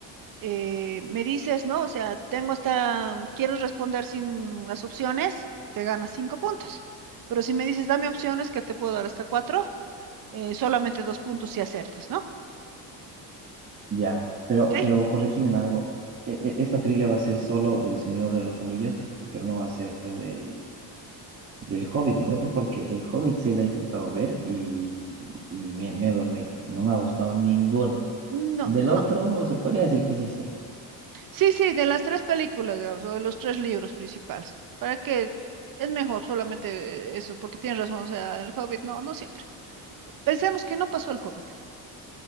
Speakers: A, on the right; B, on the right.
A: eh, me dices, ¿no? O sea, tengo esta, quiero responder sin las opciones, te ganas cinco puntos. Pero si me dices, dame opciones, que te puedo dar hasta cuatro, eh, solamente dos puntos si acertas, ¿no?
B: ya. Pero,
A: ¿Ok?
B: pero corrígeme en algo. E- e- Esta trivia va a ser solo del Señor de los Anillos, pero no va a ser del, del Hobbit, ¿no ven? Porque el Hobbit sí la he intentado ver y, y me, me he dormido. No me ha gustado ninguna.
A: No,
B: Del
A: no.
B: otro, se podría decir que sí sé.
A: Sí, sí, de las tres películas, digamos, o de los tres libros principales. ¿Para que Es mejor solamente eh, eso, porque tienes razón, o sea, el Hobbit, no, no siempre. Pensemos que no pasó el Hobbit.